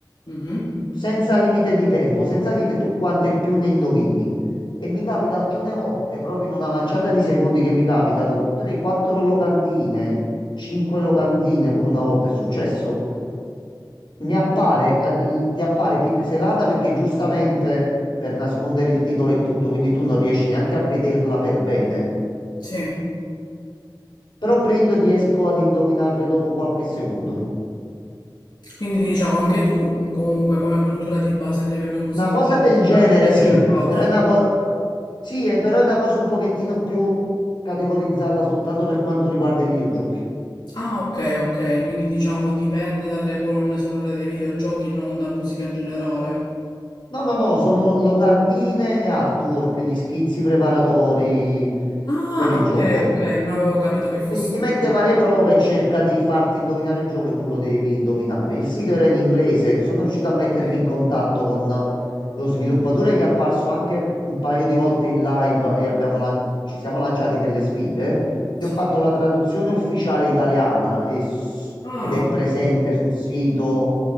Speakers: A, on the left (about 65°); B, on the left (about 80°).
A: mhm.
B: senza limite di tempo, senza niente, tu quante più ne indovini. E mi capita alcune volte, proprio in una manciata di secondi che mi capitano, 3-4 locandine, 5 locandine, pure una volta è successo, mi appare, eh, ti appare pixelata perché giustamente per nascondere il titolo e tutto, quindi tu non riesci neanche a vederla per bene.
A: Sì,
B: Però prendo e riesco ad indovinarle dopo qualche secondo.
A: quindi diciamo anche tu mm, comunque come cultura di base a livello musicale
B: Una cosa del
A: sicuramente
B: genere,
A: sei
B: sì,
A: ferrato.
B: però è una cosa sì, è, però è una cosa un pochettino più categorizzata soltanto per quanto riguarda i videogiochi.
A: Ah, ok, ok, quindi diciamo dipende dalle colonne sonore dei videogiochi, non da musica in generale.
B: No, no, no, sono locandine e artwork, gli schizzi preparatori
A: Ah,
B: per il
A: ok,
B: gioco.
A: ok, non avevo capito che fossero
B: Quindi ti mette
A: quelle.
B: varie prove e cerca di farti indovinare il gioco e tu lo devi indovinare. Il sito era in inglese, sono riuscito a mettermi
A: Sì,
B: in contatto con lo sviluppatore che è apparso anche un paio di volte in live e abbiamo lan- ci siamo lanciati delle sfide. Gli
A: sì.
B: ho fatto la traduzione ufficiale italiana e s-
A: Ah,
B: ed è presente sul sito